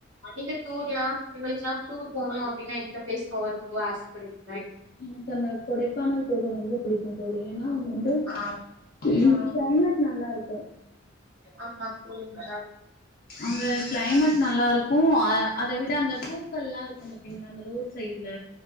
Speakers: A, on the right; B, on the left.
A: நீங்க டூர்லான் <unintelligible> டூர் போகணும் அப்டின்ன எந்த பிளேஸ் போனோம் ஆசப்படுவிங்க
B: எனக்கு அந்த கொடைக்கானல் போக ரொம்ப புடிக்கும் ஏன்னா வந்து
A: ஆ
B: கிளைமேட்
A: ஆ
B: நல்லா இருக்கும்
A: ஆமா போவீங்களா
B: அங்க கிளைமேட் நல்லா இருக்கும் அ அத விட அந்த பூக்கள்ளாம் இருக்கும் பாத்தீங்களா அந்த ரோட் சைட்ல